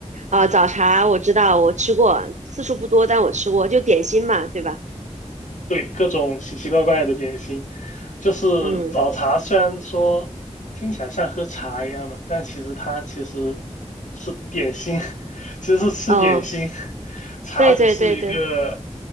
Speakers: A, on the right; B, on the left.
A: 啊，早茶我知道，我吃过，次数不多，但我吃过，就点心嘛，对吧？
B: 对，各种奇奇怪怪的点心，就是早茶。
A: 嗯，
B: 虽然说听起来像喝茶一样的，但其实它其实是点心，<laughs> 其实是吃点心，
A: 哦，
B: 茶只是一个
A: 对对对对，